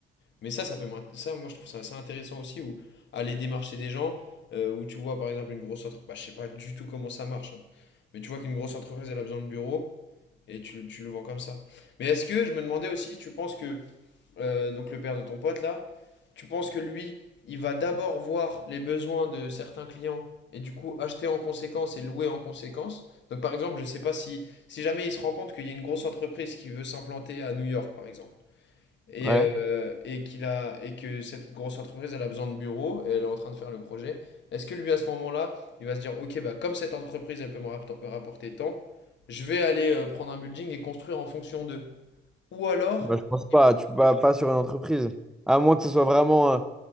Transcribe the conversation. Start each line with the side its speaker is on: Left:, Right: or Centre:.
Left: Mais ça, ça peut m'int- ça, moi, je trouve ça assez intéressant aussi, où aller démarcher des gens, euh, où tu vois, par exemple, une grosse entreprise, bah, je sais pas du tout comment ça marche, hein. mais tu vois qu'une grosse entreprise, elle a besoin de bureaux, et tu, tu le vends comme ça. Mais est-ce que, je me demandais aussi, tu penses que, euh, donc le père de ton pote, là, tu penses que lui, il va d'abord voir les besoins de certains clients, et du coup, acheter en conséquence et louer en conséquence? Donc, par exemple, je sais pas si, si jamais il se rend compte qu'il y a une grosse entreprise qui veut s'implanter à New York, par exemple. Et,
Centre: Ouais.
Left: euh, et qu'il a, et que cette grosse entreprise, elle a besoin de bureaux et elle est en train de faire le projet. Est-ce que lui, à ce moment-là, il va se dire, OK, bah, comme cette entreprise, elle peut me rapp- rapporter tant, je vais aller euh, prendre un building et construire en fonction d'eux. Ou alors,
Centre: Bah, je pense pas.
Left: il prend.
Centre: Tu peux pas, pas sur une entreprise. À moins que ce soit vraiment... euh,